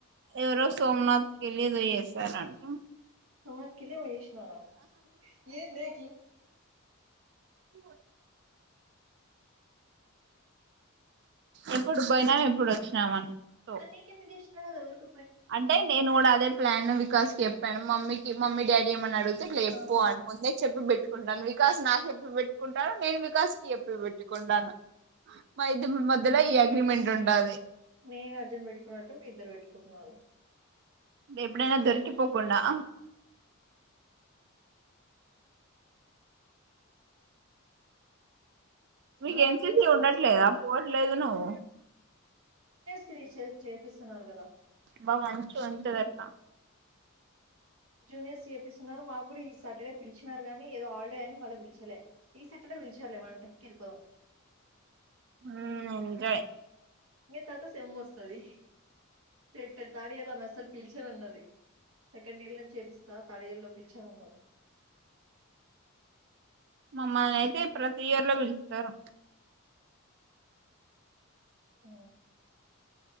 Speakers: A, on the right; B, on the right.
A: ఎవరో సోమనాథ్కి వెళ్ళి ఏదో చేశారంట
B: సమత్ కిలో వేయి కృష్ణార ఏన్ బేకి
A: ూ ఎప్పుడు పోయినాం ఎప్పుడు వచ్చినామని సో
B: మరి నీకెందుకు ఇష్టం లేద్ ఎవరుకు
A: అంటే నేను నోడదే ప్లాన్ ను వికాస్ కు చెప్పాను మమ్మీకి మమ్మీ డాడీ ఏమని అడుగుత లేదుపో
B: ఆహా
A: ఆడ ముందే చెప్పి పెట్టుకుంటే ఇప్పుడు నన్ను వికాస్ నాకు చెప్పి పెట్టుకుంటాను నేను వికాస్ కి చెప్పి పెట్టుకుంటాను మా ఇద్దరి మధ్యలో ఈ అగ్రిమెంట్ ఉంటాది.
B: నేను అర్జున్ పెట్టుకునన్నట్టు ఇద్దరు పెట్టుకు కుట్టినారు
A: ఇకా ఎప్పుడనా దొరికిపోకుండాడా మీీకు
B: నాకు
A: ఎన్సిసీ
B: కూడా స్పోర్ట్స్
A: ఉండట్లేదా
B: కావాలి
A: పోవట్లేదు నువ్వు
B: క్రీ చే చేపిస్తున్నారు కదా
A: బా మంచు అతుదట్
B: జునిర్ సి ఎపిపీ స ఉన మాగడి సాటర్డే పిలిచినారు గానీ ఏదో హాలిడే అని మళ్ళీ పిలిచలే ఈ సాటర్డే పిలిచలే మన ఇకిెళ్ళాం
A: ఉ ఎంట
B: ఇంక తర్వాత సెమ్ వస్తది సెట్ థర్డ్ ఇయర్ లోమె అస్సలు పిలిచాను అన్నది సెకండ్ ఇయర్ లో చేపిస్తా థర్డ్ ఇయర్ లో పిలిచాను అన్నది
A: మామ్మని అయితే ప్రతి ఇయర్ లో పిలుస్తారు
B: ఓ